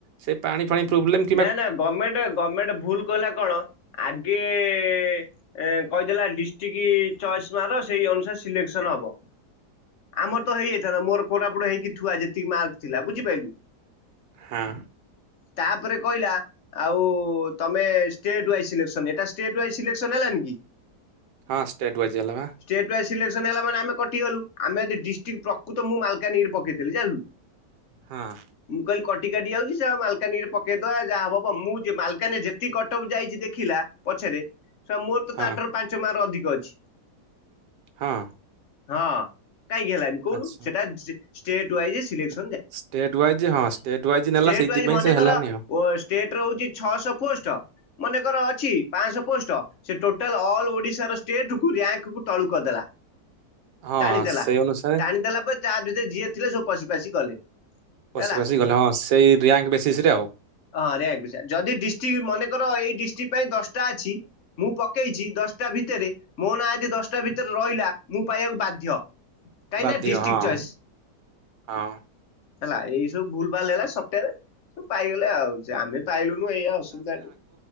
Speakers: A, on the right; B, on the left.
A: ସେଇ ପାଣି ଫାଣି ପ୍ରୋବ୍ଲେମ୍।
B: ନା ନା ଗମେଣ୍ଟେ ଗମେଣ୍ଟେ ଭୁଲ୍ କଲା କଣ ଆଗେ ଏ କହିଥେଲା ଡିଷ୍ଟିକି ଚଏସ୍ ମାର ସେଇ ଅନୁସାରେ ସିଲେକ୍ସନ ହବ। ଆମର ତ ହେଇଯାଇଥାନ୍ତା ମୋର କୋଟାପୁଟରେ ହେଇକି ଥୁଆ ଯେତିକି ମାର୍କ ଥିଲା ବୁଝିପାଇଲୁ।
A: ହଁ।
B: ତାପରେ କଇଲା ଆଉ ତୋମେ ଷ୍ଟେଟ୍ ୱାଇ ସିଲେକ୍ସନ୍ ଏଟା ଷ୍ଟେଟ ୱାଇ ସିଲେକ୍ସନ୍ ହେଲାନି କି।
A: ହଁ ଷ୍ଟେଟ୍ ୱାଇଜ୍ ହେଲାନା।
B: ଷ୍ଟେଟ୍ ୱାଇ ସିଲେକ୍ସନ୍ ହେଲା ମାନେ ଆମେ କଟିଗଲୂ। ଆମେ ଯଦି ଡିଷ୍ଟିକ୍ ପ୍ରକୃତ ମୁଁ ମାଲକାନଗିରି ପକେଇଥିଲି ଜାଣିଲୁ।
A: ହଁ।
B: ମୁଁ କହିଲି କଟିକାଟି ଯାଉଚି ସେ ଆଉ ମାଲକାନାଗିରି ପ କେ କୟା ଯାହା ହବ ହବ ମୁଁ ଯେ ମାଲକାନରେ ଯେତିକି କଟଅପ୍ ଯାଇଚି ଦେଖିଲା ପଛରେ, ସେ ମୋର ତ
A: ହଁ
B: ତାଠାରୁ ପାଞ୍ଚ ମାର୍କ ଅଧିକ ଅଛି।
A: ହଁ।
B: ହଁ କାହିଁକି ହେଲାନି କୋହୁନୁ?
A: ଆଚ୍ଛା।
B: ସେଟା state wise selection
A: state wise ହଁ ଷ୍ଟେଟ୍ ୱାଇଜ୍ ନେଲା
B: ଷ୍ଟେଟ
A: ସେଇଥିପାଇଁ
B: ୱାଇଜ ମନେକର
A: ସେ ହେଲାନି ଆଉ।
B: ଓ ଷ୍ଟେଟ୍ ରଉଚି ଛଅଶହ ପୋଷ୍ଟ, ମନେକର ଅଛି ପାଁଶହ ପୋଷ୍ଟ। ସେ ଟୋଟାଲ ଅଲ୍ ଓଡିଶାର ଷ୍ଟେଟ୍ କୁ ରେଙ୍କ କୁ ତଳୁକୁ କରିଦେଲା।
A: ହଁ
B: ଟାଣିଦେଲା
A: ସେଇ ଅନୁସାରେ
B: ଟାଣି ଦେେଲା ପରେ ତା ଭିତରେ ଯିଏ ଥିଲେ ସବୁ ପଶି ପାଶି ଗଲେ।
A: ପଶି
B: ହେଲା।
A: ପଶି ଗଲେ ହଁ ସେଇ ରିଆଙ୍କ ବେସିସ୍ ରେ ଆଉ।
B: ହଁ ରେଙ୍କ ବି ସେ ଯଦି ଡିଷ୍ଟିକ୍ ମନେକର ଏଇ ଡିଷ୍ଟିକ୍ ପାଇଁ ଦଶଟା ଅଛି ମୁଁ ପକେଇଛି ଦଶଟା ଭିତରେ ମୋ ନାଁ ଯଦି ଦଶଟା ଭିତରେ ରହିଲା ମୁଁ ପାଇବାକୁ ବାଧ୍ୟ। କାଇନା
A: ବାଧ୍ୟ
B: ଡିଷ୍ଟିକ୍
A: ହଁ।
B: ଚଏସ୍।
A: ହଁ
B: ହେଲା ଏଇ ସବୁ ଭୁଲ ଭାଲ ହେଲା ସପ୍ଟଆରେ ସବୁ ପାଇଗଲେ ଆଉ, ଯେ ଆମେ ପାଇଲୁନୁ ଏଇଆ ଅସୁବିଧା ଟି।